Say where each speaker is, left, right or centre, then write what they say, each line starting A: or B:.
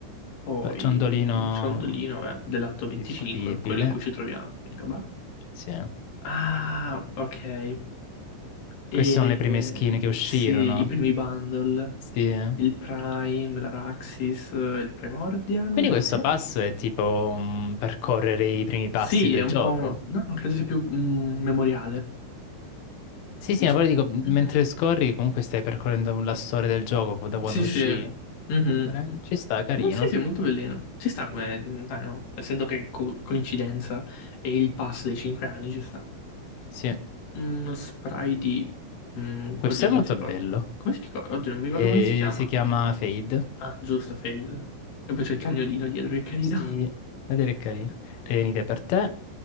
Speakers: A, on the left; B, on the left.
A: Poi
B: Vabbè, ciondolino
A: un ciondolino, vabbè, dell'atto 25,
B: discutibile.
A: quello in cui ci troviamo. Quindi, vabbè.
B: Sì. eh.
A: Ah, ok. E eh,
B: Queste sono le prime skin che uscirono.
A: sì, i primi bundle,
B: Sì. eh.
A: il Prime, l'Araxis, il Primordial
B: Quindi questo
A: e...
B: passo è tipo mm, percorrere i primi passi
A: Sì,
B: del
A: è un
B: gioco.
A: po'... un- No, non credo sia più un memoriale.
B: Sì, sì,
A: Ti-
B: ma poi dico,
A: Mhm.
B: mentre scorri comunque stai percorrendo la storia del gioco da quando
A: Sì, sì.
B: uscì.
A: Mhm.
B: Bra- Ci sta, carino.
A: Ma sì, sì, è molto bellino. Ci sta come... Dai, no? Essendo che co- coincidenza e il pass dei 5 anni ci sta.
B: Sì.
A: Uno spray di... mm,
B: Questo
A: oddio,
B: è
A: come
B: molto
A: si ricorda?
B: bello.
A: Come si ricorda? Oddio, non mi ricordo
B: E
A: come si chiama.
B: si chiama Fade.
A: Ah, giusto, Fade. E poi c'è il cagnolino dietro, che carino.
B: Sì, vedere è carino. Renite per te.